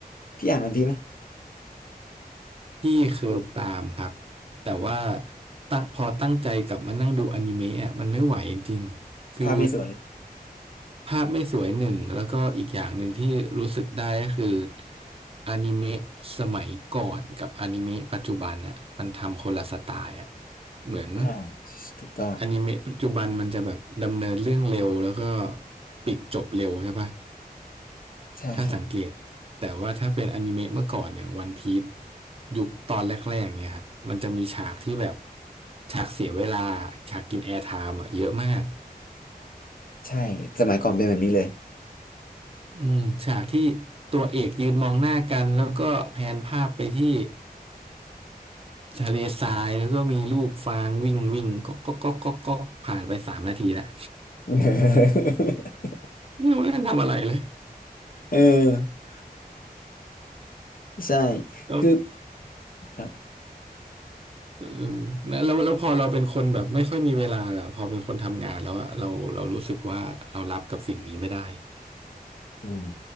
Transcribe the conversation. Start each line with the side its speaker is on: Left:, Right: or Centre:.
Left: พี่อ่านวันพีซไหม
Right: พี่เคยตามครับแต่ว่าตั้งพอตั้งใจกลับมานั่งดูอนิเมะอะมันไม่ไหวจริงๆคือ
Left: ภาพไม่สวย
Right: ภาพไม่สวยหนึ่งแล้วก็อีกอย่างหนึ่งที่รู้สึกได้ก็คืออนิเมะสมัยก่อนกับอนิเมะปัจจุบันอ่ะมันทำคนละสไตล์อ่ะเหมือน
Left: อ่าถูกต้อง
Right: อนิเมะปัจจุบันมันจะแบบดำเนินเรื่องเร็วแล้วก็ปิดจบเร็วใช่ปะ
Left: ใช่ครับ
Right: ถ้าสังเกตแต่ว่าถ้าเป็นอนิเมะเมื่อก่อนอย่างวันพีซยุคตอนแรกๆเนี่ยครับมันจะมีฉากที่แบบฉากเสียเวลาฉากกินแอร์ไทม์อ่ะเยอะมาก
Left: ใช่สมัยก่อนเป็นแบบนี้เลย
Right: อืมฉากที่ตัวเอกยืนมองหน้ากันแล้วก็แผนภาพไปที่ทะเลทรายแล้วก็มีลูกฟางวิ่งวิ่งก็ก็ก็ก็ก็ผ่านไปสามนาทีแล้ว
Left: <laughs>
Right: ไม่รู้นั่นทำอะไรเลย
Left: เออ <laughs> ใช่
Right: แล้ว
Left: คือครับ
Right: เออแล้วแล้วแล้วพอเราเป็นคนแบบไม่ค่อยมีเวลาอะพอเป็นคนทำงานแล้วอะเราเรารู้สึกว่าเรารับกับสิ่งนี้ไม่ได้
Left: อืม